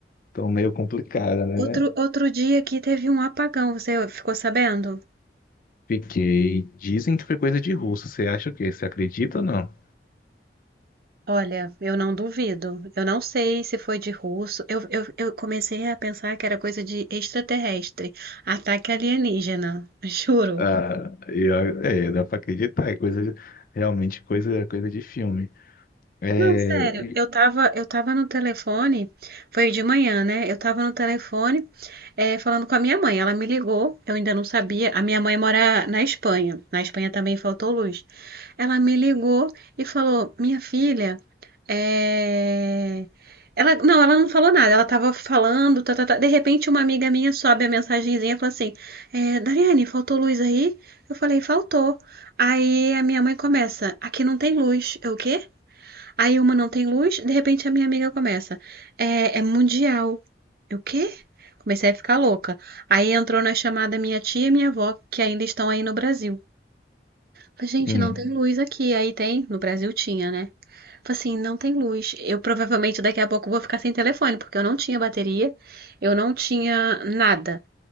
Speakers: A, on the left (about 50°); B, on the right (about 55°).
A: estão meio complicadas, né?
B: Outro, outro dia aqui teve um apagão, você ficou sabendo?
A: Fiquei. Dizem que foi coisa de russo. Você acha o quê? Você acredita ou não?
B: Olha, eu não duvido. Eu não sei se foi de russo. Eu, eu, eu comecei a pensar que era coisa de extraterrestre, ataque alienígena. <laughs> Juro.
A: Ah, eu- é, dá pra acreditar. É coisa, realmente coisa, coisa de filme. É,
B: Não, sério,
A: e-
B: eu tava, eu tava no telefone, foi de manhã, né? Eu tava no telefone, eh, falando com a minha mãe. Ela me ligou, eu ainda não sabia. A minha mãe mora na Espanha. Na Espanha também faltou luz. Ela me ligou e falou: Minha filha, é... Ela, não, ela não falou nada. Ela tava falando, tá, tá, tá. De repente, uma amiga minha sobe a mensagenzinha e fala assim: é, Dariane, faltou luz aí? Eu falei: Faltou. Aí a minha mãe começa: Aqui não tem luz. Eu, o quê? Aí uma não tem luz, de repente a minha amiga começa. É, é mundial. Eu, o quê? Comecei a ficar louca. Aí entrou na chamada minha tia e minha avó, que ainda estão aí no Brasil. Falei, gente,
A: sim.
B: não tem luz aqui. Aí tem, no Brasil tinha, né? Falei assim, não tem luz. Eu provavelmente daqui a pouco vou ficar sem telefone, porque eu não tinha bateria, eu não tinha nada.